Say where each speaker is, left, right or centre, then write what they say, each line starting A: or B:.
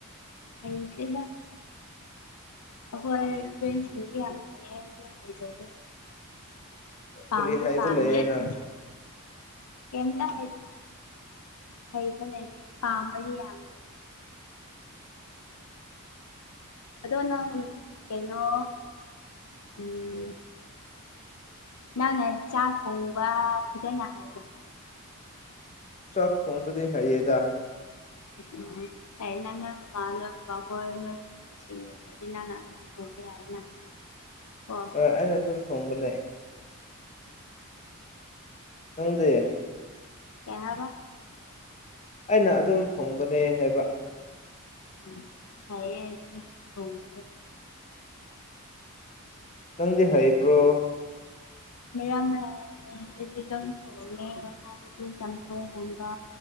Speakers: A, on the left; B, on the left.
A: ꯍꯩꯇꯦꯗ ꯑꯈꯣꯢ ꯐ꯭ꯔꯦꯟꯁꯤꯡꯗꯤ ꯌꯥꯝ ꯍꯩꯌꯦ ꯑꯩꯗꯤ ꯍꯩꯖꯗꯦ ꯄꯥꯝꯗꯤ
B: ꯀꯔꯤ ꯍꯥꯏꯕ
A: ꯄꯥꯝꯃꯤ
B: ꯂꯩꯌꯦ
A: ꯑꯗꯨꯝ
B: ꯅꯪ
A: ꯀꯩꯝꯇ ꯍꯩ ꯍꯩꯕꯅꯦ ꯄꯥꯝꯕꯗꯤ ꯌꯥꯝ ꯂꯩ ꯑꯗꯣ ꯅꯪ ꯀꯩꯅꯣ ꯎꯝ ꯃꯥꯅꯦ ꯆꯥꯛ ꯊꯣꯡꯕ ꯐꯖꯅ ꯍꯩꯕ꯫
B: ꯆꯥꯛ ꯊꯣꯡꯕꯗꯤ ꯍꯩꯌꯦ꯫
A: ꯎꯝ ꯐꯩꯌꯦꯅ ꯅꯣꯢ ꯃꯃꯥꯅ, ꯃꯥꯍꯣꯏ ꯅꯣꯏ ꯌꯨꯝ ꯃꯤꯁꯤꯡ ꯂꯩꯇ꯭ꯔꯗꯤ ꯅꯪꯅ ꯑꯗꯨꯝ ꯊꯣꯡꯕ ꯌꯥꯏꯅ ꯀꯣ꯫
B: ꯍꯣꯏ ꯑꯩꯅ ꯑꯗꯨꯝ ꯊꯣꯡꯕꯅꯦ꯫ ꯅꯪꯗꯤ?
A: ꯀꯩ ꯍꯥꯢꯕ?
B: ꯑꯩꯅ ꯑꯗꯨꯝ ꯊꯣꯡꯕꯅꯦ ꯍꯥꯏꯕ꯫
A: ꯎꯝ ꯐꯩꯌꯦ ꯑꯗꯨꯝ ꯊꯣꯡꯕꯗꯣ꯫
B: ꯅꯪꯗꯤ ꯍꯩꯕ꯭ꯔꯣ?
A: ꯃꯌꯥꯟ ꯃꯌꯥꯟ꯫ <unintelligible> ꯊꯣꯡꯉꯦ ꯍꯥꯏꯕꯗꯤ ꯆꯝꯊꯣꯡꯒꯨꯝꯕ